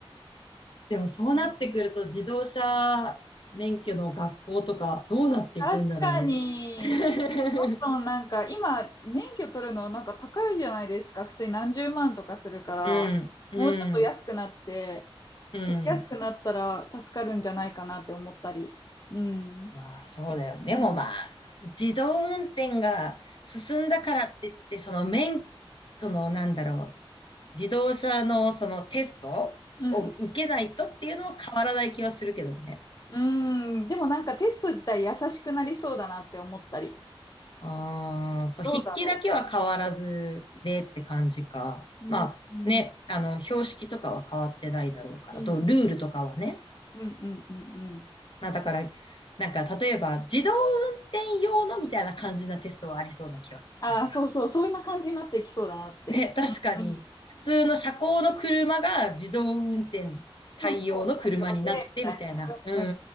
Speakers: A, on the left; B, on the left.
A: もそうなってくると自動車免許の学校とかどうなっていくんだろうね。
B: 確かに。
A: <laughs>
B: どんどんなんか今免許取るのなんか高いじゃないですか。普通に何十万とかするから、
A: うん、うん、
B: もうちょっと安くなって、
A: うん。
B: 安くなったら助かるんじゃないかなって思ったり。うん。
A: まあそうだよ。でもまあ、
B: うん。
A: 自動運転が進んだからって言って、その免、そのなんだろう、自動車のそのテストを受けないとっていうのは変わらない気はするけどね。
B: うん。うんでもなんかテスト自体優しくなりそうだなって思ったり。
A: ああ、そう、
B: どうだろ
A: 筆記だけは変わらずでって感じか。
B: う。うん。
A: まあね、
B: うん。
A: あの、標識とかは変わってないだろうから、
B: うん。
A: と、ルールとかはね。
B: うん。うん。うん。うん
A: まあだから、なんか、例えば、自動運転用のみたいな感じなテストはありそうな気がする。
B: ああ、
A: なんか。
B: そうそう。そんな感じになっていきそうだなって。
A: ね、確かに、
B: うん。うん
A: 普通の車高の車が自動運転対応の車になってみたいな。
B: そうそう。作業で、みたい
A: う
B: な。うん。